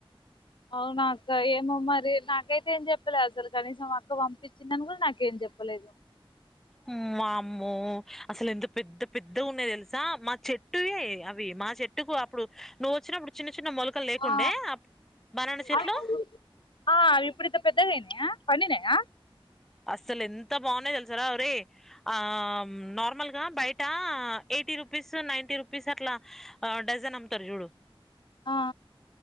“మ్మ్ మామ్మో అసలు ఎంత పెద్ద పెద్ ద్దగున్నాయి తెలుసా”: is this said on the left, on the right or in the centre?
Centre